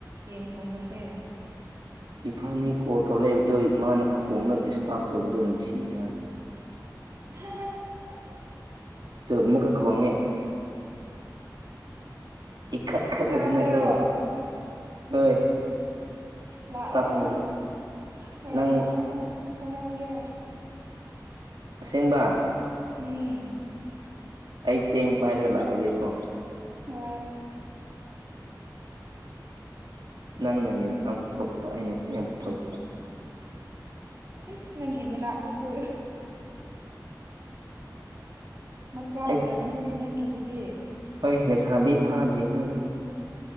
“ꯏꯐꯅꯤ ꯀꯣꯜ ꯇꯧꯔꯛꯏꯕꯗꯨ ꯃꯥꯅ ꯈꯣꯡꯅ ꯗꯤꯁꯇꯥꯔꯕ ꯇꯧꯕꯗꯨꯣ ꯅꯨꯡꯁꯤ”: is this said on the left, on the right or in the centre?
Right